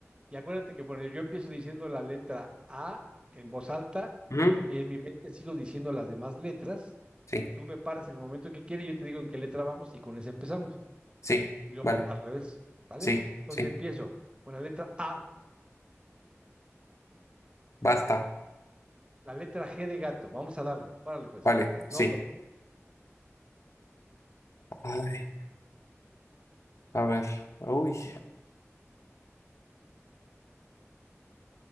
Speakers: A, on the right (about 20°); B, on the left (about 75°).
A: Y acuérdate que, bueno, yo empiezo diciendo la letra A en voz alta
B: ujú,
A: y, le- y en mi mente sigo diciendo las demás letras.
B: sí,
A: Tú me paras en el momento que quieres, yo te digo en qué letra vamos y con esa empezamos.
B: sí,
A: Y luego
B: vale,
A: al revés, ¿vale?
B: sí,
A: Entonces
B: sí,
A: empiezo con la letra A,
B: basta,
A: la letra G de gato. Vamos a darle. Órale, pues.
B: vale,
A: Nombre.
B: sí. Ay, a ver, uy,